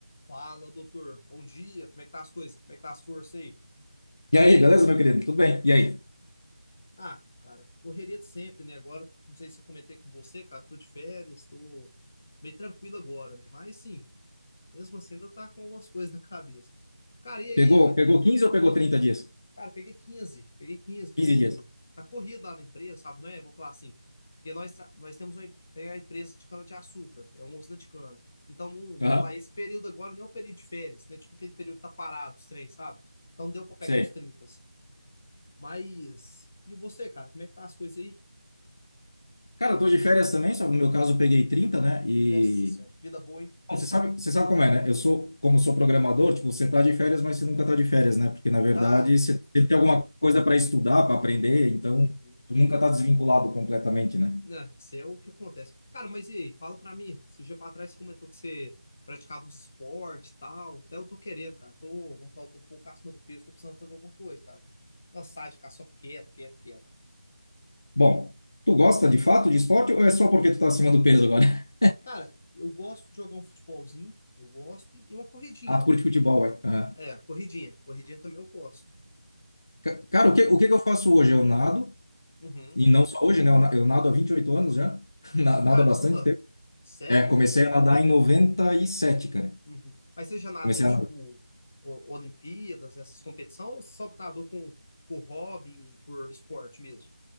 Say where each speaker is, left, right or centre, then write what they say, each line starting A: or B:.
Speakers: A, on the left; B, on the left.
A: Fala, doutor. Bom dia. Como é que tá as coisas? Como é que tá as forças aí?
B: E aí, beleza, meu querido? Tudo bem? E aí?
A: Ah, cara, correria de sempre, né? Agora, não sei se eu comentei com você, cara, tô de férias, tô meio tranquilo agora, né? Mas sim, mesmo assim ainda tá com algumas <laughs> coisas na cabeça. Cara, e aí,
B: Pegou,
A: aquele,
B: pegou 15 ou pegou 30 dias?
A: cara, peguei 15, peguei 15. que
B: 15
A: eu não
B: dias.
A: tá corrido lá na empresa, sabe? Não é? Vou falar assim, porque nós tra- nós temos uma em- tem a empresa de cana-de-açúcar, é uma usina de cana. Então, não, vamos
B: Aham,
A: falar, esse período agora não é o período de férias, né? Tipo aquele período que tá parado os três, sabe? Então, não deu pra pegar
B: sei.
A: os 30. Mas. E você, cara, como é que tá as coisas aí?
B: Cara, eu tô de férias também, só que no meu caso eu peguei 30, né? E.
A: Nossa senhora, que vida boa, hein?
B: Bom, você sabe, você sabe como é, né? Eu sou, como sou programador, tipo, você tá de férias, mas você nunca tá de férias, né? Porque, na verdade,
A: Tá.
B: você sempre tem alguma coisa para estudar, para aprender,
A: Aham.
B: então
A: Uhum.
B: tu nunca tá desvinculado completamente, né?
A: Né, isso é o que acontece. Cara, mas e aí, fala pra mim. Esse dia pra trás você comentou que você praticava uns esportes e tal. Até eu tô querendo, cara. Tô, vamos falar, eu tô um pouco acima do peso, tô precisando fazer alguma coisa, cara. Cansado de ficar só quieto, quieto, quieto.
B: Bom, tu gosta de fato de esporte ou é só porque tu tá acima do peso agora? <laughs>
A: Cara, eu gosto de jogar um futebolzinho, eu gosto, e uma corridinha.
B: Ah, tu curte futebol, é? Aham.
A: É, corridinha. Corridinha também eu gosto.
B: Ca- Cara,
A: E-
B: o que, o que que eu faço hoje? Eu nado.
A: uhum.
B: E não só hoje, né? Eu na- eu nado há 28 anos já, <laughs> na- nado
A: Caramba,
B: há bastante tempo.
A: sério?
B: É, comecei a nadar em noventa e sete cara.
A: Uhum. Mas seja nadou,
B: Comecei
A: tipo,
B: a nadar.
A: o- Olimpíadas, essas competições, ou só nadou com, por hobby, por esporte mesmo?